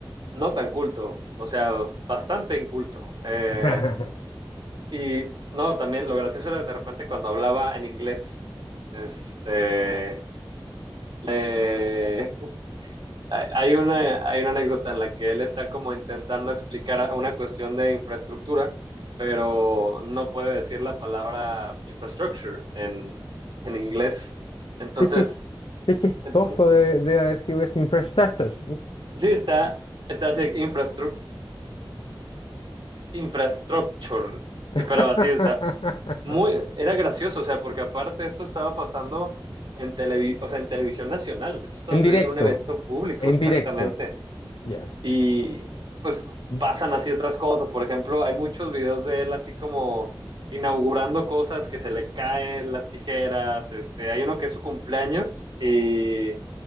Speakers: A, on the right; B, on the left.
A: No tan culto, o sea, bastante inculto. Eh,
B: <laughs>
A: Y no, también lo gracioso era de repente cuando hablaba en inglés, este, le- <laughs> hay hay una, hay una anécdota en la que él está como intentando explicar a- una cuestión de infraestructura, pero no puede decir la palabra infrastructure en, en inglés. Entonces,
B: Qué chis- qué chistoso
A: ent-
B: de, de haber sido ese infrastructure,
A: sí, está, está así, infrastructure, infrastructure,
B: <laughs>
A: pero así está. muy, era gracioso, o sea, porque aparte esto estaba pasando en televi- o sea, en televisión nacional, esto estaba
B: En
A: sucediendo
B: directo,
A: en un evento público,
B: en
A: exactamente.
B: directo. Ya.
A: Y pues
B: O
A: pasan así otras cosas, por ejemplo, hay muchos videos de él así como inaugurando cosas que se le caen las tijeras, este, hay uno que es su cumpleaños y